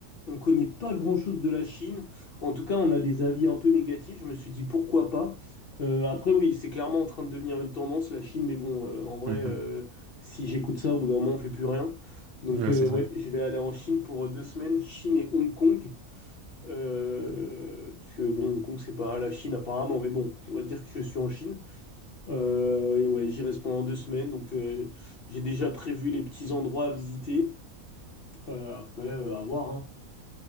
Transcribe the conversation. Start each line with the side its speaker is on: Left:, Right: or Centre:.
Left: on connaît pas grand-chose de la Chine. En tout cas, on a des avis un peu négatifs. Je me suis dit pourquoi pas. Euh, après, oui, c'est clairement en train de devenir une tendance, la Chine. Mais bon, euh, en vrai,
Right: Mhm.
Left: euh, si j'écoute ça, au bout d'un moment, on fait plus rien. Donc,
Right: Ouais,
Left: euh,
Right: c'est vrai.
Left: ouais, je vais aller en Chine pour euh, deux semaines, Chine et Hong Kong. Euh, parce que bon, Hong Kong, c'est pas la Chine apparemment, mais bon, on va dire que je suis en Chine. Euh, et ouais, j'y reste pendant deux semaines, donc euh, j'ai déjà prévu les petits endroits à visiter. Euh, après, euh, à voir, hein.